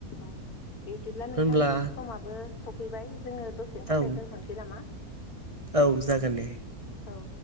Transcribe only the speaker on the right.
होनब्ला
औ
औ जागोन दे।